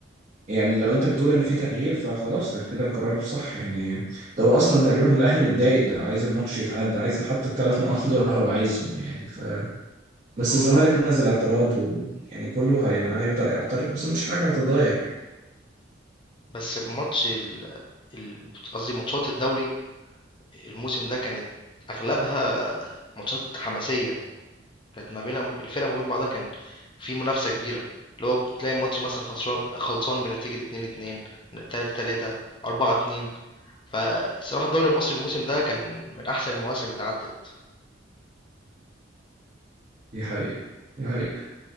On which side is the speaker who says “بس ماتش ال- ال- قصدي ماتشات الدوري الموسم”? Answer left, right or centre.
Left